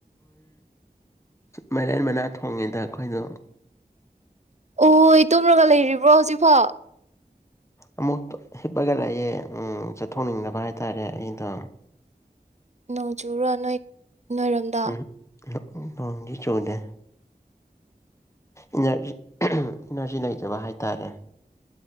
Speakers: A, on the left; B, on the right.
A: ꯃꯥꯏꯔꯦꯟ ꯃꯅꯥ ꯊꯣꯡꯉꯤꯗ ꯑꯩꯈꯣꯏꯗꯣ
B: ꯑꯣ ꯇꯨꯝꯔꯒ ꯂꯩꯔꯤꯕ꯭ꯔꯣ ꯍꯧꯖꯤꯛꯐꯥꯎ
A: ꯑꯃꯨꯛ ꯍꯤꯞꯄꯒ ꯂꯥꯛꯑꯦ ꯎ ꯆꯠꯊꯣꯛꯅꯤꯡꯗꯕ ꯍꯥꯏ ꯇꯔꯦ ꯑꯩꯗꯣ
B: ꯅꯣꯡ ꯆꯨꯕꯔꯥ ꯅꯣꯏ ꯅꯣꯏꯔꯣꯝꯗ
A: ꯎꯝ ꯅꯣꯡꯗꯤ ꯆꯨꯗꯦ ꯏꯖꯤ ꯏꯅꯔꯖꯤ ꯂꯩꯇꯕ ꯍꯥꯏꯇꯥꯥꯔꯦ